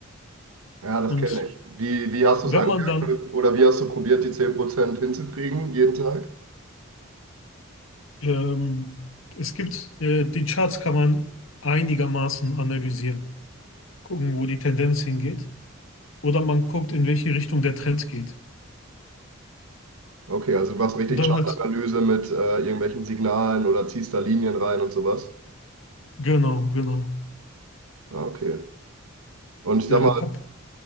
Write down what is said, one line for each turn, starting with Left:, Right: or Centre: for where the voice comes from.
Right: ja, das
Left: Und
Right: kenne ich. Wie, wie hast du
Left: wenn
Right: es angefangen
Left: man dann,
Right: oder wie hast du probiert, die 10% hinzukriegen jeden Tag?
Left: ähm, es gibt, äh, die Charts kann man einigermaßen analysieren, gucken, wo die Tendenz hingeht. Oder man guckt, in welche Richtung der Trend geht.
Right: Okay, also du machst richtig
Left: Und dann
Right: Chartanalyse
Left: halt,
Right: mit äh, irgendwelchen Signalen oder ziehst da Linien rein und sowas.
Left: genau, genau.
Right: Ah, okay. Und ich sag
Left: Ja, hab,